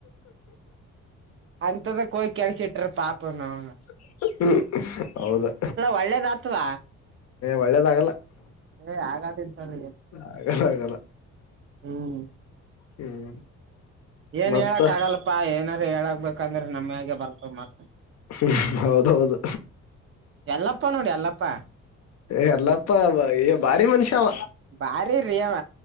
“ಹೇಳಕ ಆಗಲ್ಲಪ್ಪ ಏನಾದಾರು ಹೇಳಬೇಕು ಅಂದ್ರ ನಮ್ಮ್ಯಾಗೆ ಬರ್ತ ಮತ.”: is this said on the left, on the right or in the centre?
Right